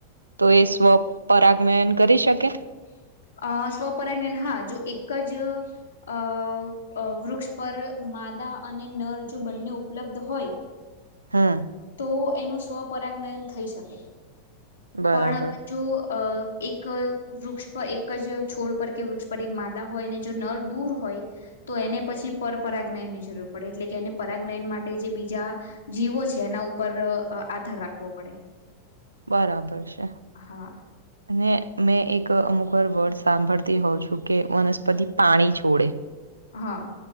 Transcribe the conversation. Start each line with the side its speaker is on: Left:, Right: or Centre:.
Right: તો એ સ્વપરાજ્ઞાન કરી શકે
Left: <inaudible> અ સ્વપરાજ્ઞાન હા જો એકજ અ વૃક્ષ પર માદા અને નર જો બંને ઉપલબ્ધ હોય
Right: હમ
Left: તો એનું સ્વપરાજ્ઞયન થઈ શકે
Right: બરાબર
Left: પણ જો અ એક વૃક્ષ પર એક જ છોડ પર કે વૃક્ષ પર એક માદા હોયને જો નર દૂર હોય તો એને પછી પરપરાજ્ઞયન ની જરૂર પડે એટલે કે એને પરાજ્ઞયન માટે જે બીજા જીવો છે એના ઉપર આધાર રાખવો પડે
Right: બરાબર છે
Left: હા
Right: અને મેં એક અમુક વાર વર્ડ સાંભળતી હોઉં છું કે વનસ્પતિ પાણી છોડે
Left: હા